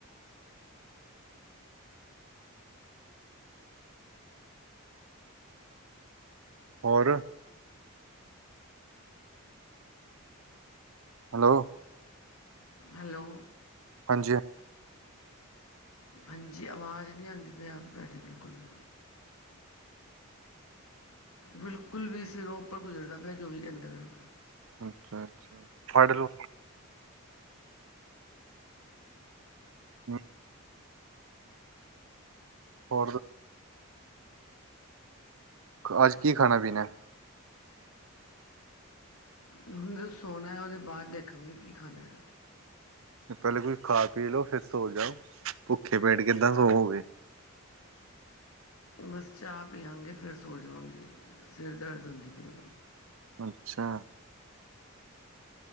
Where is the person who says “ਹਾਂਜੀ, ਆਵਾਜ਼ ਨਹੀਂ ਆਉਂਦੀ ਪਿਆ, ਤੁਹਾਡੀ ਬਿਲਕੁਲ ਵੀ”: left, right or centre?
Left